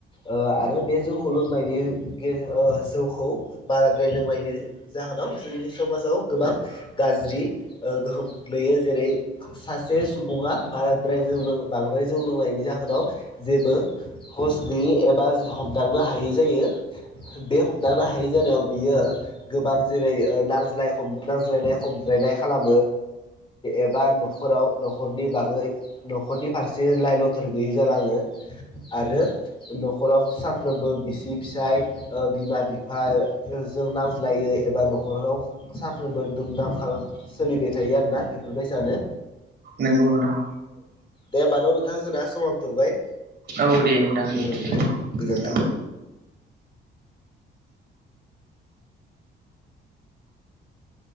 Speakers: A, on the left; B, on the right.
A: ओ आरो बे जौखौ लोंबाय बियो जौखौ बाराद्राय लोंनायनि बियो जा होनाव जोंनि समाजाव गोबां गाज्रि गोहोम गोग्लैयो। जेरै सासे सुबुङा बाराद्राय जौ लोङो बांद्राय जौ लोंनायनि जाहोनाव जेबो हस गैयि एबा हमदांनो हायै जायो। बे हमदांनो हायै जायो। बियो गोबां जेरै नांज्लाय नांज्लायनाय खमज्लायनाय खालामो। एबा न'खराव न'खरनि बागै न'खरनि फारसे लाइ लथर गैयै जालाङो। आरो न'खराव सानफ्रोमबो बिसि फिसाय बिमा बिफा जों नांज्लायो एबा न'खराव सानफ्रोमबो दुम दामखा सोलिबाय थायो आरो ना बेफोरबायसा नो।
B: नंगौ नोंथां।
A: दे होमबान' नोंथां जोंना समाबो थौबाय
B: औ दे नोंथां दे।
A: औ गोजोन्थों
B: औ